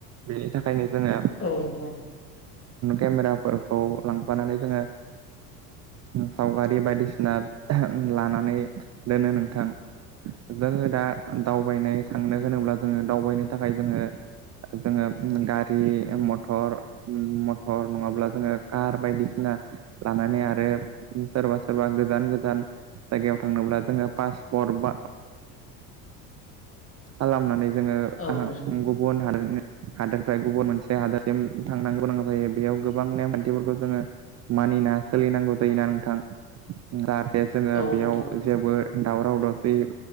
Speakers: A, on the right; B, on the left.
A: बेनि थाखायनो जोङो
B: औ नोंथां
A: केमेराफोरखौ लांफानानै जोङो सावगारि बायदिसिना लानानै दोनो नोंथां जोङो दा दावबायनाय थांनो होनोब्ला जोङो दावबायनो थाखाय जोङो जोङो गारि मथर नङाब्ला जोङो कार बायदिसिना लानानै आरो सोरबा सोरबा गोजान गोजान गोजान जायगायाव थांनोब्ला जोङो पासपर्ट बा खालामनानै जोङो
B: औ नोंथां
A: गुबुन हादोरनि हादोरनिफ्राय गुबुन मोनसे हादोरसिम थांनांगौ गोनां जायो बेयाव गोबां नेमखान्थिफोरखौ जोङो मानो मानिना सोलिनांगौ जायोना नोंथां दे जोङो
B: औ
A: बेयाव
B: नोंथां
A: जेबो दावराव दावसि